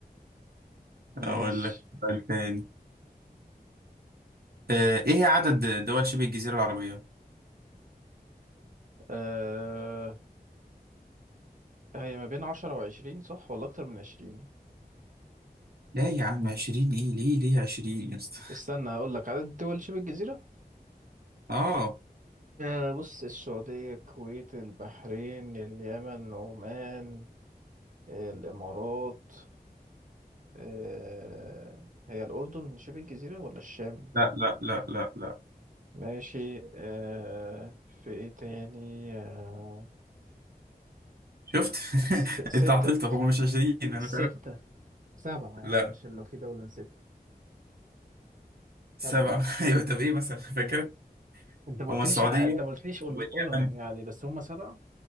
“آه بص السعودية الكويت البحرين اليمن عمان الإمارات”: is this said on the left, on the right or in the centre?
Right